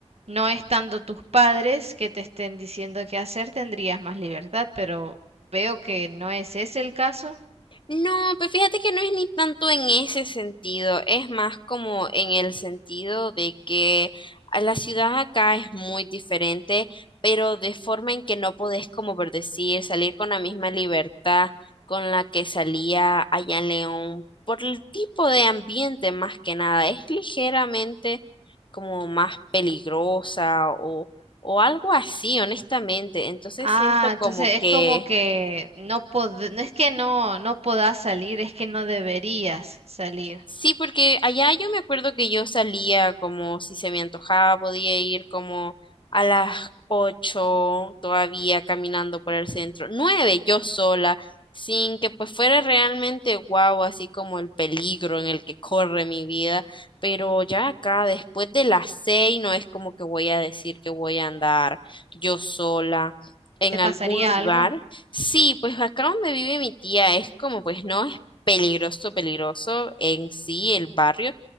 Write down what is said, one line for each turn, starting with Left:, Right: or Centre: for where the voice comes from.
Right: no estando tus padres que te estén diciendo qué hacer, tendrías más libertad, pero veo que no es ese el caso.
Left: No, pues fíjate que no es ni tanto en ese sentido, es más como en el sentido de que a la ciudad acá es muy diferente, pero de forma en que no podés, como por decir, salir con la misma libertad con la que salía allá en León, por el tipo de ambiente más que nada, es ligeramente como más peligrosa o, o algo así, honestamente. Entonces
Right: Ah,
Left: siento como
Right: entonces
Left: que
Right: es como que no pod- no es que no, no podás salir, es que no deberías salir.
Left: Sí, porque allá yo me acuerdo que yo salía como si se me antojaba, podía ir como a las ocho todavía caminando por el centro, nueve yo sola, sin que pues fuera realmente guau, así como el peligro en el que corre mi vida, pero ya acá después de las seis no es como que voy a decir que voy a andar yo sola. en
Right: ¿Te pasaría
Left: algún lugar.
Right: algo?
Left: Sí, pues acá donde vive mi tía es como pues no es peligroso, peligroso en sí el barrio,